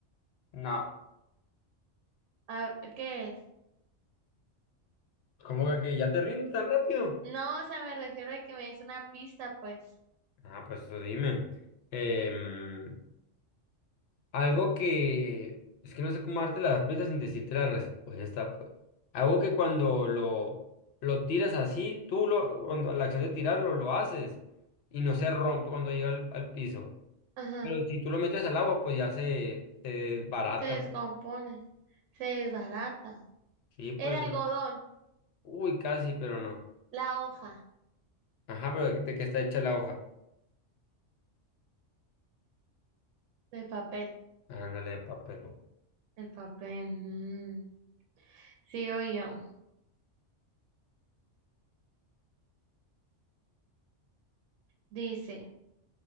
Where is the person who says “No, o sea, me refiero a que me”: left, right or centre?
Right